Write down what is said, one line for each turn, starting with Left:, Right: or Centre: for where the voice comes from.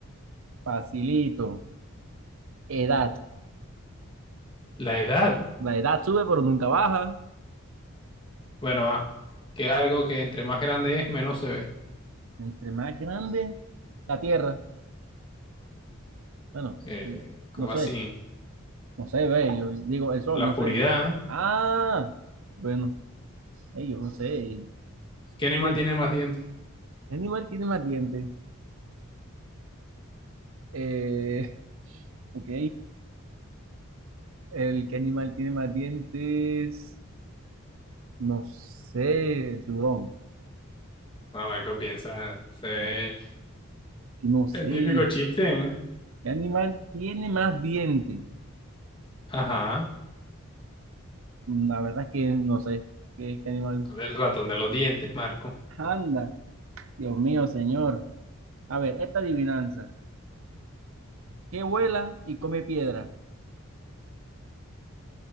Right: facilito. Edad.
Left: La edad,
Right: La edad sube, pero nunca baja.
Left: bueno, va. Que algo que entre más grande es, menos se ve.
Right: Entre más grande, la tierra. Bueno,
Left: Eh,
Right: digo,
Left: como
Right: no sé,
Left: así.
Right: no sé, ve, yo digo el sol,
Left: La
Right: no
Left: oscuridad.
Right: sé. Ah, bueno, eh, yo no sé.
Left: ¿Qué animal
Right: Mira,
Left: tiene más dientes?
Right: ¿qué animal tiene más dientes? Eh, <laughs> ok, el que animal tiene más dientes, no sé, el tiburón.
Left: No, Marco piensa. se ve
Right: No, aquí no sé.
Left: El típico chiste, ¿eh?
Right: ¿Qué animal tiene más dientes?
Left: Ajá.
Right: La verdad es que no sé. ¿Qué, qué animal?
Left: El ratón de los dientes, Marco.
Right: Anda, Dios mío, señor. A ver, esta adivinanza. ¿Qué vuela y come piedra?